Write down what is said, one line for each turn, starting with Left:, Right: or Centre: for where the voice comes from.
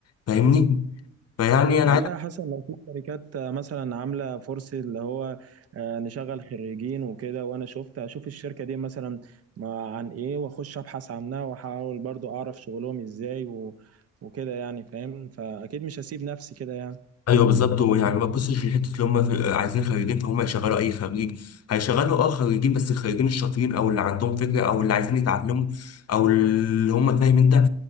Left: فاهمني؟ فيعني
Right: والله
Left: أنا عايز
Right: يا حسن لو في شركات آه، مثلا عامله فرصه اللي هو آه، نشغل خريجين وكده وانا شفت اشوف الشركه دي مثلا ما- عن ايه واخش ابحث عنها واحاول برضو اعرف شغلهم ازاي و وكده يعني فاهم فاكيد مش هسيب نفسي كده يعني
Left: أيوه بالظبط ويعني ما تبصش لحتة اللي هم في- عايزين خريجين فهم يشغلوا أي خريج هيشغلوا أه خريجين بس الخريجين الشاطرين أو اللي عندهم فكرة أو اللي عايزين يتعلموا أو اللي هم فاهم أنت